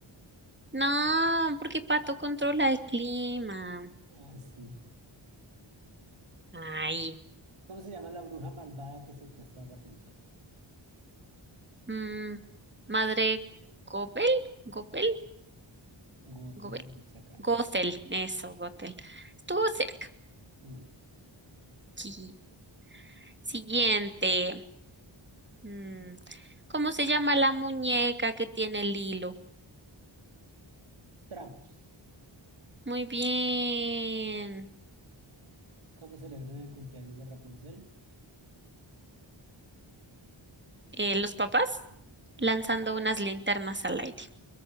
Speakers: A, on the right; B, on the right.
A: No, porque Pato controla el clima.
B: Ah, sí.
A: Ay.
B: ¿Cómo se llama la bruja malvada que secuestra a Rapunzel?
A: Mm, madre Gobel, Gobel,
B: Gothel,
A: Gobel,
B: dice acá.
A: Gothel. Eso, Gothel. Estuvo cerca.
B: Mm.
A: Sí. Siguiente. Mm, ¿Cómo se llama la muñeca que tiene el hilo?
B: Trapos.
A: Muy bien.
B: ¿Cómo celebran el cumpleaños de Rapunzel?
A: Eh, los papás
B: Sí.
A: lanzando unas linternas al aire.